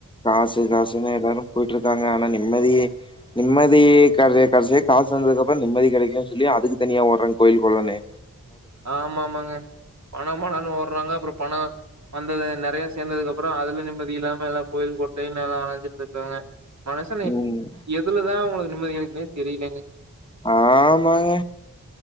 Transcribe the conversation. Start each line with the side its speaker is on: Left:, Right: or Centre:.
Left: காசு காசுன்னா எல்லாரு போயிட்டு இருக்காங்க ஆனா நிம்மதியே நிம்மதிகாகவே கடசில காசு வந்ததுக்கு அப்பறோ நிம்மதி கெடைக்கும் சொல்லி அதுக்கு தனியா ஓடுறே கோயில் கொள்ளனு
Right: ஆ ஆமா ஆமாங்க பணம் பணன்னு ஒடுறாங்க அப்பறம் பணம் வந்தது நெறைய சேந்ததுக்கு அப்பறோ அதுல நிம்மதி இல்லாம எல்லா கோயில் கோட்டைன்னு எல்லா அழஞ்சிட்டு இருக்காங்க மனசன்ல
Left: ம்
Right: எதுலதா ஒங்களுக்கு நிம்மதி கெடைக்கும்னு தெரியலங்க
Left: ஆமாங்க